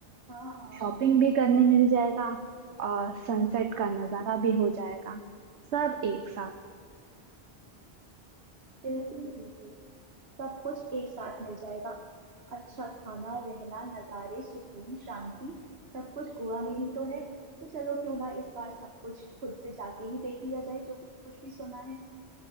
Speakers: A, on the right; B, on the right.
A: हाँ हाँ
B: शॉपिंग भी करने मिल जाएगा और सनसेट का नज़ारा भी हो जाएगा सब एक साथ
A: बिल्कुल बिल्कुल सब कुछ एक साथ मिल जाएगा अच्छा खाना रहना नज़ारे सुकून शांति सब कुछ गोवा में ही तो है तो चलो क्यों ना इस बार सब कुछ खुद से जाके ही देख लिया जाए जो कुछ भी सुना है